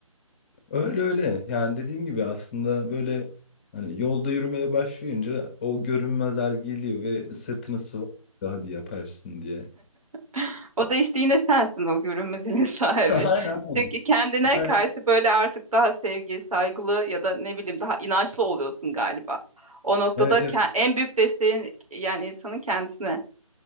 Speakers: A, on the left; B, on the right.
A: Öyle öyle. Yani dediğim gibi aslında böyle hani yolda yürümeye başlayınca o görünmezler geliyor ve sırtını sıvazlıyor hadi yaparsın diye.
B: <laughs> O da işte yine sensin o görünmezliğin <laughs> sahibi.
A: <laughs> Aynen. öyle.
B: Çünkü kendine
A: Aynen.
B: karşı böyle artık daha sevgi, saygılı ya da ne bileyim daha inançlı oluyorsun galiba. O noktada
A: Evet
B: ke-
A: evet.
B: en büyük desteğin yani insanın kendisine